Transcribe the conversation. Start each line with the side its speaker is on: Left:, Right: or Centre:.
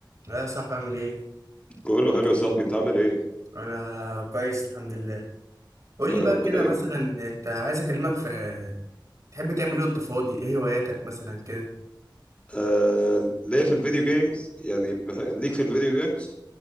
Right: لا يا صاحبي عامل ايه؟
Left: بقول له هلو يا صاحبي انت عامل ايه
Right: انا كويس الحمد لله قول
Left: يا
Right: لي بقى
Left: رب
Right: كده
Left: دايما
Right: مثلا انت عايز اكلمك في تحب تعمل ايه وانت فاضي ايه هواياتك مثلا كده
Left: آه ليه في الفيديو جيمز يعني بح... ليك في الفيديو جيمز